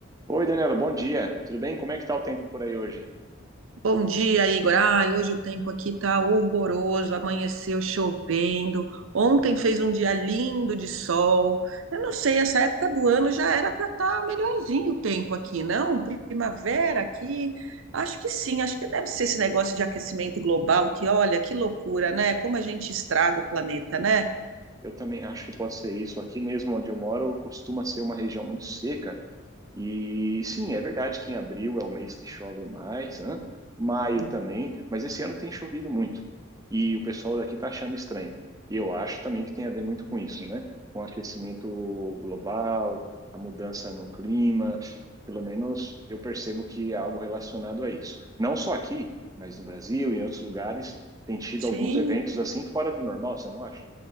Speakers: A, on the right; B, on the right.
A: Oi, Daniela, bom dia. Tudo bem? Como é que está o tempo por aí hoje?
B: Bom dia, Igor. Ai, hoje o tempo aqui tá horroroso, amanheceu chovendo. Ontem fez um dia lindo de sol. Eu não sei, essa época do ano já era para estar melhorzinho o tempo aqui, não? Primavera aqui. Acho que sim, acho que deve ser esse negócio de aquecimento global, que olha, que loucura, né? Como a gente estraga o planeta, né?
A: Eu também acho que pode ser isso. Aqui mesmo onde eu moro, costuma ser uma região muito seca. E sim, é verdade que em abril é o mês que chove mais, né? Maio
B: Hum,
A: também, mas esse ano tem chovido muito. E o pessoal daqui está achando estranho. E eu acho também que tem a ver muito com isso, né? Com o aquecimento global, a mudança no clima. Pelo menos eu percebo que é algo relacionado a isso. Não só aqui, mas no Brasil e em outros lugares tem tido
B: Sim.
A: alguns eventos assim fora do normal, você não acha?